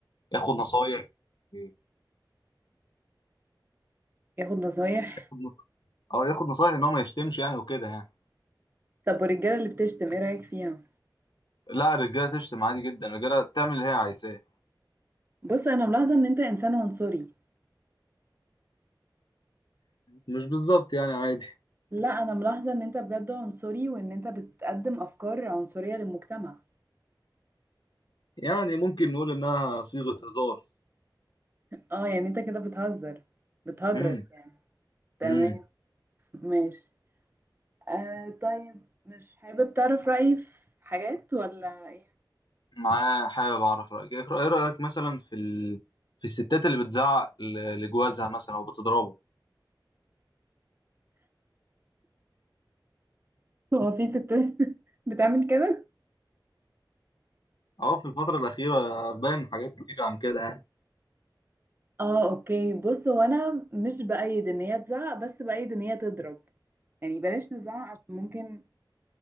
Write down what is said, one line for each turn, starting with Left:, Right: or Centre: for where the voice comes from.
Left: ياخد نصايح ياخد
Right: ياخد نصايح
Left: نص- أو ياخد نصايح إن هو ما يشتمش يعني وكده يعني
Right: طب والرجالة اللي بتشتم ايه رأيك فيها
Left: لا الرجالة تشتم عادي جدا الرجالة تعمل اللي هي عايزاه
Right: بص انا ملاحظة ان انت انسان عنصري
Left: مش بالظبط يعني عادي
Right: لا انا ملاحظة ان انت بجد عنصري وان انت بتقدم افكار عنصرية للمجتمع
Left: يعني ممكن نقول انها صيغة هزار
Right: اه يعني انت كده بتهزر بتهجرس
Left: امم
Right: يعني تمام
Left: امم
Right: ماشي آه طيب مش حابب تعرف رأيي في حاجات ولا ايه
Left: معاه حابب اعرف رأيك ايه رأيك مثلا في ال... في الستات اللي بتزعق ل- لجوازها مثلا او بتضربه
Right: <laughs> هو في ستات <laughs> بتعمل كده
Left: اه في الفترة الأخيرة بان حاجات كتير عن كده يعني
Right: اه اوكي بص هو انا مش بأيد ان هي تزعق بس بأيد ان هي تضرب يعني بلاش نزعق عشان ممكن